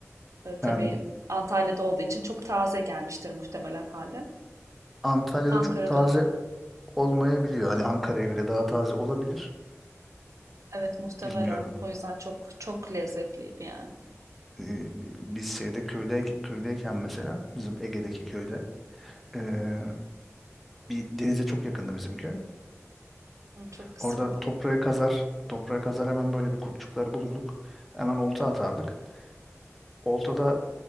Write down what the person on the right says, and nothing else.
E, tabii
Antalya'da olduğu için çok taze gelmiştir muhtemelen halde.
Ankara'da
evet muhtemelen.
O yüzden çok çok lezzetliydi yani.
Aa, çok güzel,